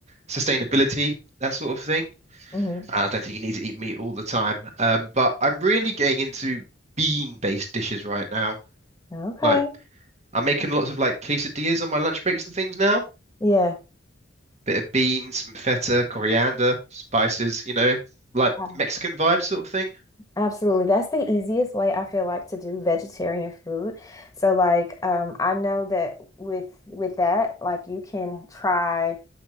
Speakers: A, on the right (about 35°); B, on the left (about 20°).
A: sustainability, that sort of thing.
B: hmm
A: I don't think you need to eat meat all the time. Um, but I'm really getting into bean-based dishes right now.
B: Okay.
A: Like I'm making lots of like quesadillas on my lunch breaks and things now.
B: Yeah,
A: Bit of beans, some feta, coriander, spices, you know, like
B: Um,
A: Mexican vibe sort of thing.
B: absolutely. That's the easiest way I feel like to do vegetarian food. So like um I know that with with that, like you can try